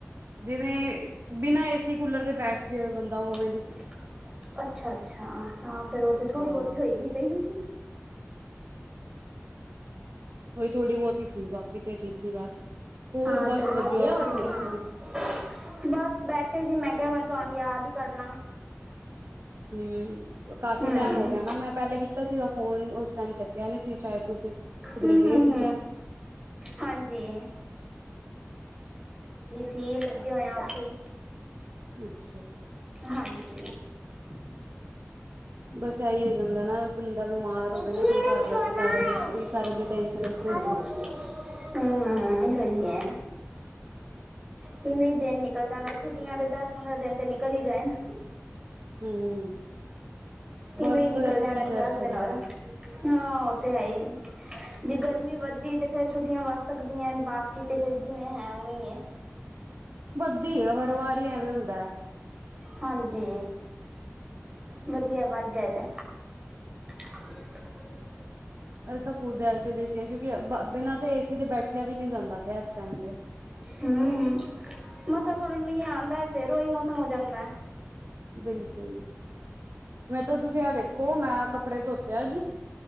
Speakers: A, on the right; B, on the right.
A: ਜਿਵੇਂ ਬਿਨਾਂ ਏਸੀ, ਕੂਲਰ ਦੇ ਬੈਠ
B: <inaudible>
A: ਜੇ ਬੰਦਾ ਉਵੇਂ ਦੀ ਸੀ
B: ਅੱਛਾ -ਅੱਛਾ, ਹਾਂ ਫਿਰ ਉਹ ਤੇ ਥੋੜੀ
A: ਹਾਂ
B: ਬਹੁਤ ਹੋਏਗੀ <inaudible> ਤੇ ਹੂੰ
A: ਹੋਈ ਥੋੜ੍ਹੀ ਬਹੁਤੀ ਹੀ ਸੀ, ਬਾਕੀ ਤੇ ਠੀਕ ਸੀਗਾ, ਹੋਰ
B: ਹਾਂ
A: ਬਸ
B: ਚਲੋ
A: ਵਧੀਆ
B: ਹੋਰ
A: ਤੁਸੀਂ ਦੱਸੋ
B: ਕੀ ਬਸ ਬੈਠੇ ਸੀ ਮੈਂ ਕਿਹਾ ਮੈਂ ਤੁਹਾਨੂੰ ਯਾਦ ਹੀ ਕਰਨਾ
A: ਹੂੰ ਕਾਫ਼ੀ
B: ਹਮ
A: ਟਾਈਮ ਹੋ
B: ਹਮ
A: ਗਿਆ ਨਾ ਮੈਂ ਪਹਿਲੇ ਕੀਤਾ ਸੀਗਾ ਫ਼ੋਨ, ਉਸ ਟਾਈਮ ਚੱਕਿਆ ਨੀ ਸੀ ਸ਼ਾਇਦ ਤੁਸੀਂ ਕਿੱਧਰੇ
B: ਹਮ
A: ਗਏ
B: ਹਮ
A: ਸੀਗੇ
B: ਹਾਂਜੀ ਜੀ ਲੱਗੇ ਹੋਏ ਉੱਥੇ ਹੀ
A: ਅੱਛਾ
B: ਹਾਂਜੀ
A: <inaudible> ਬਸ ਇਹੀ ਹੋ ਜਾਂਦਾ ਨਾ <unintelligible>
B: <inaudible> ਹੂੰ-ਹੂੰ-ਹੂੰ
A: ਹੋਵੇ ਨਾ ਕੋਈ ਘਰ ਦਾ ਤੇ ਸਾਰਿਆਂ ਤੇ ਸਾਰੇ ਦੀ ਟੈਨਸ਼ਨ ਉੱਥੇ ਹੁੰਦੀ ਹੈ
B: ਸਹੀ ਏ ਕਿਵੇਂ ਦਿਨ ਨਿਕਲ ਜਾਂਦਾ ਛੁੱਟੀਆਂ ਦੇ, ਦਸ ਪੰਦਰਾਂ ਦਿਨ ਤੇ ਨਿਕਲ ਹੀ ਗਏ ਨੇ
A: ਹੂੰ, ਬਸ
B: ਇਵੇਂ ਹੀ ਨਿਕਲ
A: ਆਪਾਂ
B: ਜਾਣੇ
A: ਕੀ ਕਰ ਸਕਦੇ
B: <unintelligible>
A: <inaudible>
B: ਹਾਂ ਉਹ ਤੇ ਹੈ ਹੀ ਜੇ ਗਰਮੀ ਵੱਧਦੀ ਤੇ ਫੇਰ ਛੁੱਟੀਆਂ ਵੱਧ ਸਕਦੀਆਂ, ਬਾਕੀ ਤੇ ਫਿਰ ਜਿਵੇਂ ਹੈ ਉਵੇਂ
A: ਵਧਦੀ ਹੈ, ਹਰ ਵਾਰੀ ਐਵੇਂ ਹੁੰਦਾ ਹੈ
B: ਹਾਂਜੀ ਵਧੀਆ ਵੱਧ ਜਾਏ ਤਾ <inaudible>
A: ਅਸੀ ਤਾਂ ਖੁਦ ਏ ਸੀ ਦੇ ਵਿਚ, ਕਿਉਂਕਿ ਬਿਨਾਂ ਤੇ ਏਸੀ ਤੇ ਬੈਠਿਆ ਵੀ ਨਹੀਂ ਜਾਂਦਾ ਪਿਆ ਇਸ ਟਾਈਮ ਤੇ
B: ਹੂੰ, ਮਸਾ ਥੋੜੀ ਮੀਂਹ ਆਉਂਦਾ ਫੇਰ, ਉਹੀ ਮੌਸਮ ਹੋ ਜਾਂਦਾ ਹੈ
A: ਬਿਲਕੁਲ ਮੈਂ ਤਾਂ ਤੁਸੀਂ ਆ ਦੇਖ ਦੇਖੋ, ਮੈਂ ਕੱਪੜੇ ਧੋਤੇ ਅੱਜ,